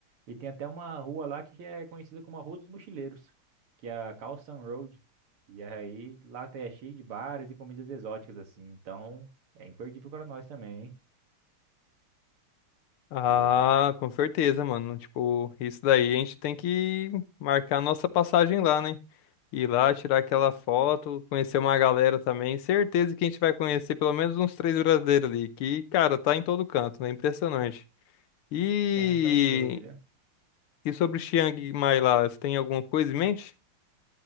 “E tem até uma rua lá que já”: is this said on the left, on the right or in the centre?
Right